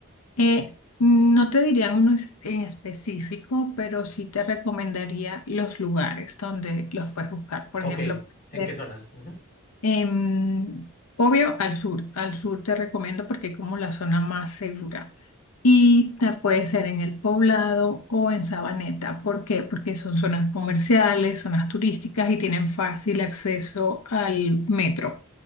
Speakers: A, on the left (about 85°); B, on the left (about 35°).
A: Eh, no te diría uno es- en específico, pero sí te recomendaría los lugares donde los puedes buscar. Por
B: Ok,
A: ejemplo,
B: ¿en
A: ver,
B: qué zonas? Ujú.
A: em, obvio al sur. Al sur te recomiendo porque es como la zona más segura. Y ta- puede ser en El Poblado o en Sabaneta. ¿Por qué? Porque son zonas comerciales, zonas turísticas y tienen fácil acceso al metro